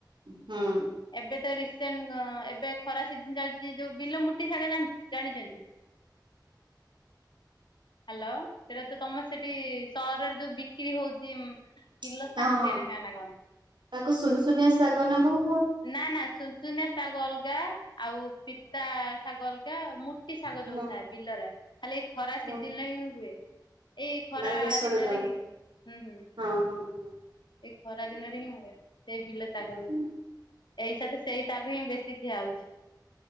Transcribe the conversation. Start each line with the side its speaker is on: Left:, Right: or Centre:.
Right: ହଁ।
Left: ଏବେ ତ ରିସେଣ୍ଟ୍ ଗ ଏବେ ଖରା ସିଜିନ୍ ଜାଲ୍ ଯେ ଯୋଉ ବିଲମୂର୍ତ୍ତି ଶାଗ ଜାନ୍ ଜାଣିଚନ୍ତି? ହାଲୋ ସେଟା ତ ତମର ସେଠି ସହରରେ ଯୋଉ ବିକ୍ରି ହୋଉଚି ଉଁ କିଲୋ
Right: ହଁ
Left: ଷାଠିଏ ନେଖା ନା କଣ।
Right: ତାକୁ ଶୁନ ଶୁନିଆ ଶାଗ ନା କଁ
Left: ନାଁ ନାଁ ସୁନସୁନିଆ ଶାଗ ଅଲଗା ଆଉ ପିତା ଶାଗ ଅଲଗା ମୁ କି ଶାଗ
Right: ହୁଁ
Left: ଯୋଉ ଥାଏ ବିଲରେ ଖାଲି ଏଇ ଖରା
Right: ହୁଁ
Left: ସିଜିନ୍ ଲେ ହିଁ ହୁଏ। ଏଇ ଖରା
Right: ମାନେ ଗ୍ରୀଷ୍ମ
Left: ଦିନରେ
Right: ଋତୁ
Left: ହିଁ ହୁଏ ହୁଁ ହୁଁ।
Right: ହଁ ହଁ ହଁ।
Left: ଏ ଖରା ଦିନରେ ହିଁ ହୁଏ ସେଇ ବିଲ ଶାଗ
Right: ହୁଁ
Left: ଏଇ ସାତେ ସେଇ ଶାଗ ହିଁ ବେଶି ଖିଆ ହଉଛି।